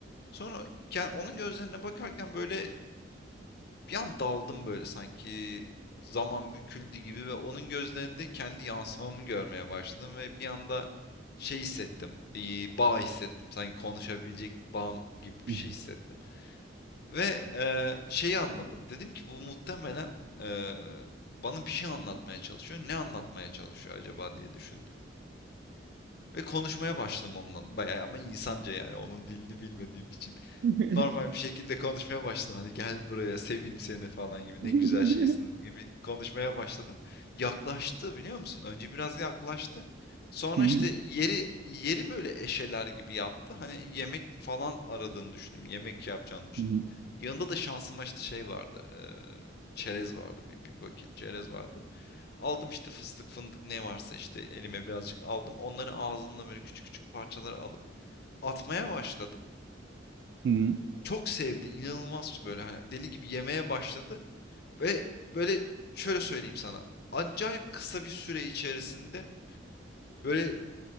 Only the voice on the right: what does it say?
Hı
hı.
<laughs>
Hı
hı. Hı
hı.
Hı hı.